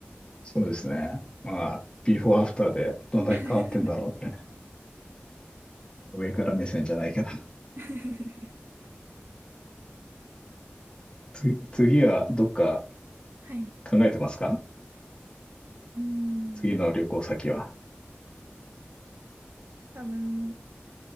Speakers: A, on the left; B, on the right.
A: そうですね。まあ、ビフォーアフターでどんだけ変わってんだろうって。
B: <laughs>
A: 上から目線じゃないけど。
B: <laughs>
A: つ、次はどっか
B: はい。
A: 考えてますか
B: うん。
A: 次の旅行先は。
B: 多分、